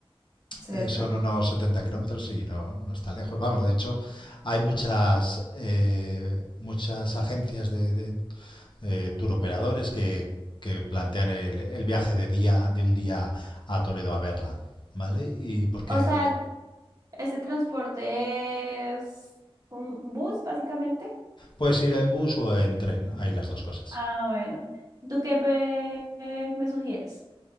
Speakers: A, on the right; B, on the left.
A: Cerca.
B: Eh, son unos 70 kilómetros, sí, no, no está lejos. Vamos, de hecho, hay muchas, eh, muchas agencias de, de eh, turoperadores que, que plantean el, el viaje de día de un día a Toledo a verla, ¿vale? Y porque
A: O sea, ese transporte es un bus, básicamente.
B: puedes ir en bus o en tren, hay las dos cosas.
A: Ah, bueno. ¿Tú qué pe- eh, me sugieres?